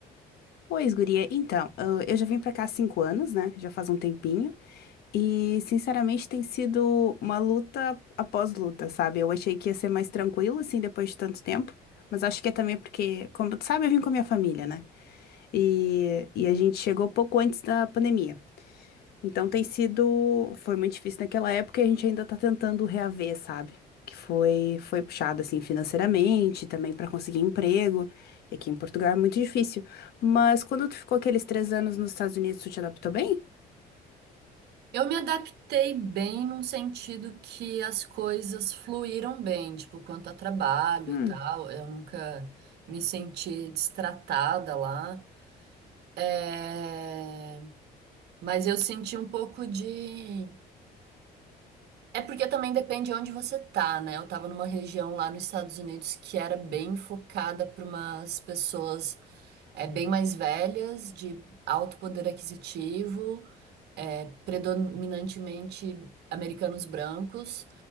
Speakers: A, on the left (about 70°); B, on the right (about 75°).
A: Pois, guria, então, eu eu já vim pra cá há cinco anos, né? Já faz um tempinho. E, sinceramente, tem sido uma luta após luta, sabe? Eu achei que ia ser mais tranquilo, assim, depois de tanto tempo. Mas acho que é também porque, como tu sabe, eu vim com a minha família, né? E, e a gente chegou pouco antes da pandemia. Então tem sido, foi muito difícil naquela época e a gente ainda tá tentando reaver, sabe? Que foi, foi puxado assim financeiramente, também para conseguir emprego. E aqui em Portugal é muito difícil. Mas quando tu ficou aqueles três anos nos Estados Unidos, tu te adaptou bem?
B: Eu me adaptei bem num sentido que as coisas fluíram bem, tipo, quanto a trabalho
A: Hum.
B: e tal. Eu nunca me senti destratada lá. É, Mas eu senti um pouco de. É porque também depende de onde você tá, né? Eu tava numa região lá nos Estados Unidos que era bem focada para umas pessoas é, bem mais velhas, de alto poder aquisitivo é, predominantemente americanos brancos,